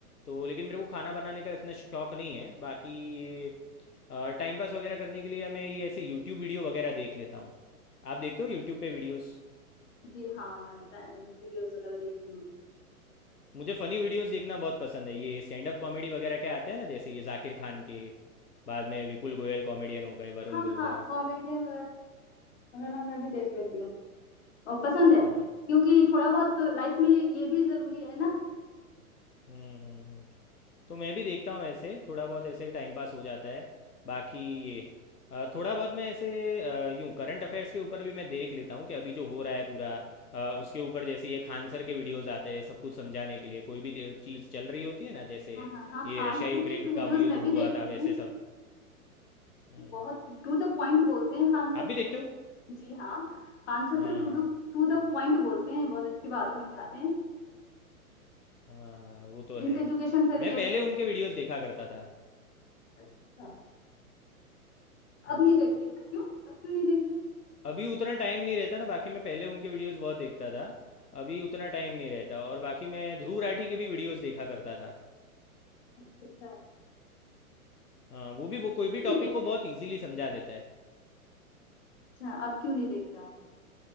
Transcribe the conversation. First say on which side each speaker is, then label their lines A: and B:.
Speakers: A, on the left; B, on the left.
A: तो लेकिन मेरे को खाना बनाने का इतना शौक नहीं है बाकी ये टाइम पास वगैरह करने के लिए मैं ये ऐसे यूट्यूब वीडियो वगैरह देख लेता हूँ आप देखते हो यूट्यूब पे वीडियोस
B: जी हाँ मैं वीडियोस वगैरह देखती हूँ
A: मुझे फ़नी वीडियोस देखना बहुत पसंद है ये स्टैंड अप कॉमेडी वगैरह क्या आते हैं ना जैसे ये जाकिर खान के बाद में विपुल गोयल कॉमेडियन हो गए वरुण
B: हाँ
A: ग्रोवर
B: हाँ कॉमेडियन वगैरह वगैरह मैं भी देख लेती हूँ और पसंद है
A: अ,
B: क्योंकि थोड़ा बहुत लाइफ में ये भी जरूरी है ना
A: हम्म हम्म हम्म तो मैं भी देखता हूँ ऐसे थोड़ा बहुत ऐसे टाइम पास हो जाता है बाकी ये अ, थोड़ा बहुत मैं ऐसे अ, यूं करंट अफेयर्स के ऊपर भी मैं देख लेता हूँ कि अभी जो हो रहा है पूरा अ, उसके ऊपर जैसे ये खान सर के वीडियोस आते हैं सब कुछ समझाने के लिए कोई भी दे- चीज़ चल रही होती है ना जैसे
B: हाँ हाँ हाँ
A: ये
B: खान
A: रशिया
B: सर
A: यूक्रेन
B: की तो वीडियोस
A: का युद्ध
B: मैं
A: हुआ
B: भी देखती
A: था
B: हूँ
A: वैसे सब हम्म,
B: बहुत टू द पॉइंट बोलते हैं खान सर
A: आप भी
B: तो।
A: देखते हो
B: जी हाँ, खान सर
A: हाँ
B: तो टू
A: हाँ
B: डू टू
A: हाँ
B: द पॉइंट बोलते हैं बहुत अच्छी बातें समझाते हैं
A: हाँ हाँ, वो तो
B: मीन्स
A: है
B: एजुकेशन से
A: मैं
B: रिलेटेड
A: पहले उनके वीडियोस देखा करता था
B: अच्छा
A: हम्म,
B: अब नहीं देखते क्या क्यों अब क्यों नहीं देखते
A: अभी उतना टाइम नहीं रहता ना बाकी मैं पहले उनके वीडियोस बहुत देखता था अभी उतना टाइम नहीं रहता और बाकी मैं ध्रुव राठी के भी वीडियोस देखा करता था
B: अच्छा अच्छा
A: हाँ, वो भी वो कोई भी टॉपिक
B: नहीं देखते
A: को बहुत इजीली समझा देता है
B: अच्छा अब क्यों नहीं देखते आप